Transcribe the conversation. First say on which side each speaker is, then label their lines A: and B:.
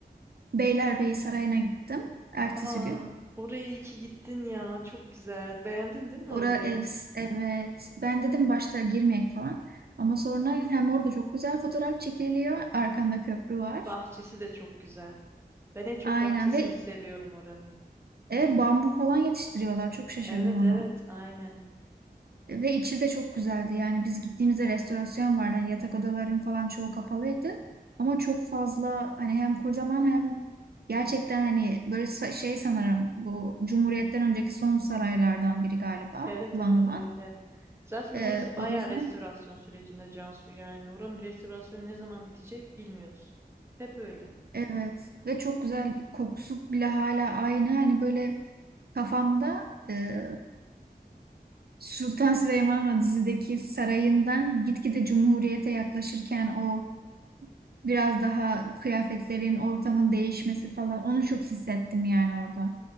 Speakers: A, on the right; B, on the right.
A: Beylerbeyi Sarayı'na gittim. Ertesi
B: Aa,
A: gün.
B: oraya iyi ki gittin ya. Çok güzel. Beğendin değil mi
A: Ora
B: orayı?
A: ev, evet. Ben dedim başta girmeyek falan. Ama sonra hem orada çok güzel fotoğraf çekiliyor. Arkanda köprü var.
B: Bahçesi de çok güzel. Ben en çok
A: Aynen
B: bahçesini
A: ve
B: seviyorum oranın.
A: evet bambu falan yetiştiriyorlar. Çok şaşırdım
B: Evet
A: ona.
B: evet aynen.
A: Ve içi de çok güzeldi. Yani biz gittiğimizde restorasyon vardı. Yani yatak odaların falan çoğu kapalıydı. Ama çok fazla hani hem kocaman hem gerçekten hani böyle sa- şey sanırım bu Cumhuriyet'ten önceki son saraylardan biri galiba
B: Evet
A: kullanılan.
B: evet öyle. Zaten
A: Ee,
B: orası bayağı
A: o yüzden
B: restorasyon sürecinde Cansu yani. Oranın restorasyonu ne zaman bitecek bilmiyorsun. Hep öyle.
A: evet ve çok güzel bir kokusu bile hala aynı. Hani böyle kafamda e, Sultan Süleyman'ın o dizideki sarayından gitgide Cumhuriyet'e yaklaşırken o Biraz daha kıyafetlerin, ortamın değişmesi falan. Onu çok hissettim yani orada.